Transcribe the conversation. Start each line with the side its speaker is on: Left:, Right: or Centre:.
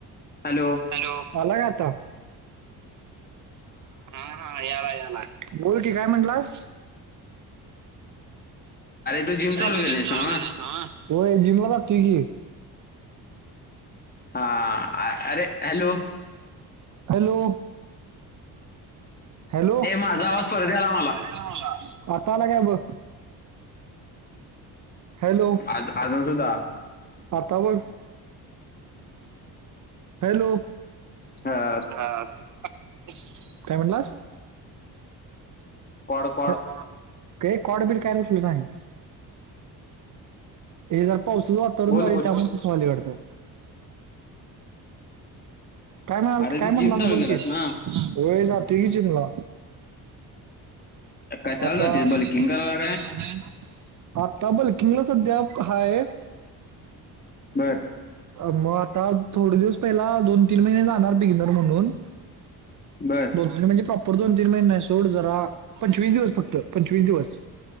Left: हॅलो!
Right: हॅलो आलाय आता? हा, हा, याला, याला, बोल की काय म्हणलास.
Left: तू जिम
Right: अरे तू
Left: केलीस
Right: जिम चालू
Left: ना
Right: केलस नव, व्हयं जिमला जातुय की.
Left: हा आ अरे हॅलो!
Right: हॅलो! हॅलो अरे.
Left: माझा आवाज परत
Right: माझा
Left: आला
Right: आवाज मला <unintelligible> आता आला काय ब हॅलो!
Left: आज- अजून सुद्धा
Right: आता बघ हॅलो!
Left: अ,
Right: काय म्हणलास?
Left: कॉड कॉड
Right: काही कॉडबिड काय नसलं माही. हे जर पावसाचं वातावरण
Left: बोल
Right: झाले
Left: बोल
Right: त्यामुळे तुसली घडतात. काय म्हणा
Left: अरे
Right: काय म्हटला
Left: जिम चालू
Right: तू बोलकीी
Left: केलास ना
Right: वय जा तो की जीमला
Left: कशाला
Right: आता
Left: जातेस
Right: ब्लँकिंगच
Left: बल्किंग करायला
Right: नाव काय आत्ता बल्किंगला सध्या हाय.
Left: बरं
Right: मग आता थोडे दिवस पहिला दोन तीन महिने जाणार बिगनर म्हणून
Left: बर
Right: आणि म्हणजे प्रॉपर दोन तीन महिन नाही सोड जरा पंचवीस दिवस फक्त पंचवीस दिवस.